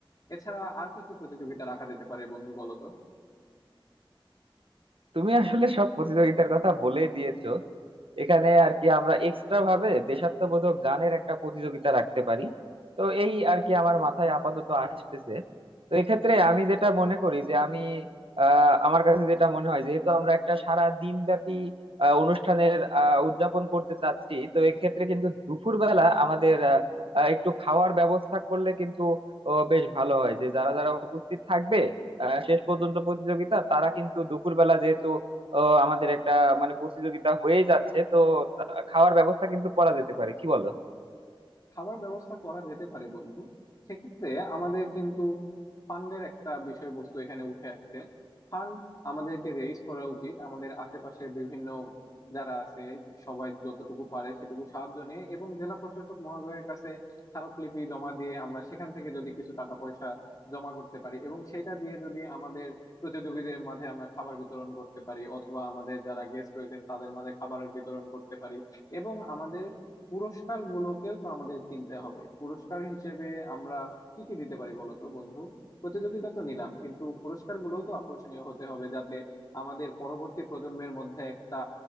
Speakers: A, on the left (about 40°); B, on the right (about 75°).
A: এছাড়া আর কি কি প্রতিযোগিতা রাখা যেতে পারে বন্ধু বলো তো
B: তুমি আসলে সব প্রতিযোগিতার কথা বলেই দিয়েছো এখানে আর কি আমরা এক্সট্রা ভাবে দেশাত্মবোধক গানের একটা প্রতিযোগিতা রাখতে পারি তো এই আর কি আমার মাথায় আপাতত আসতেছে তো এক্ষেত্রে আমি যেটা মনে করি যে আমি আহ আমার কাছে যেটা মনে হয় যেহেতু আমরা একটা সারা দিন ব্যাপী আহ, অনুষ্ঠানের আহ উদযাপন করতে চাচ্ছি তো এক্ষেত্রে কিন্তু দুপুরবেলা আমাদের আহ, আহ, একটু খাওয়ার ব্যবস্থা করলে কিন্তু ও, বেশ ভালো হয় যে যারা যারা উপস্থিত থাকবে আহ, শেষ পর্যন্ত প্রতিযোগিতা তারা কিন্তু দুপুরবেলা যেহেতু আহ, আমাদের একটা মানে প্রতিযোগিতা হয়ে যাচ্ছে তো তা- খাওয়ার ব্যবস্থা কিন্তু করা যেতে পারে কি বলো
A: খাবার ব্যবস্থা করা যেতে পারে বন্ধু সেক্ষেত্রে আমাদের কিন্তু ফান্ডের একটা বিষয়বস্তু এখানে উঠে আসছে ফান্ড আমাদেরকে রেইজ করা উচিত আমাদের আশেপাশের বিভিন্ন যারা আছে সবাই যতটুকু পারে সেটুকু সাহায্য নিয়ে এবং জেলা প্রশাসক মহোদয়ের কাছে স্মারকলিপি জমা দিয়ে আমরা সেখান থেকে যদি কিছু টাকা পয়সা জমা করতে পারি এবং সেটা দিয়ে যদি আমাদের প্রতিযোগীদের মাঝে আমরা খাবার বিতরণ করতে পারি অথবা আমাদের যারা গেস্ট রয়েছেন তাদের মাঝে খাবারের বিতরণ করতে পারি এবং আমাদের পুরস্কার গুলোকেও তো আমাদের কিনতে হবে পুরস্কার হিসেবে আমরা কি কি দিতে পারি বলতো বন্ধু প্রতিযোগিতা তো নিলাম কিন্তু পুরস্কার গুলোও তো আকর্ষণীয় হতে হবে যাতে আমাদের পরবর্তী প্রজন্মের মধ্যে একটা